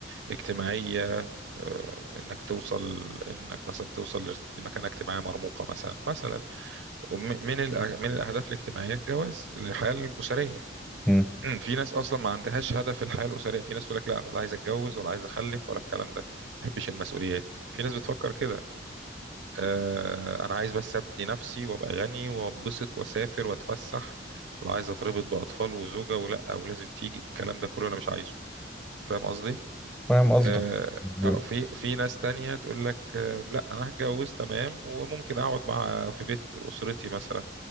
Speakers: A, on the right; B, in the centre.
A: اجتماعية آه، انك توصل انك مثلا توصل لمكانه اجتماعيه مرموقه مثلا مثلا وم- من الأ- من الاهداف الاجتماعيه الجواز الحياه الاسريه
B: مم.
A: امم، في ناس اصلا ما عندهاش هدف في الحياه الاسريه في ناس تقول لك لا أنا لا عايز اتجوز ولا عايز اخلف ولا الكلام ده ما بحبش المسؤوليات في ناس بتفكر كده آه انا عايز بس ابني نفسي وابقى غني وابسط واسافر واتفسح لا عايز اتربط باطفال وزوجه ولا ولازم تيجي الكلام ده كله انا مش عايزه فاهم قصدي
B: فاهم قصدك
A: آه
B: أيوة.
A: آه، في في ناس تانية تقول لك آه لا انا هتجوز تمام وممكن اقعد مع في بيت اسرتي مثلا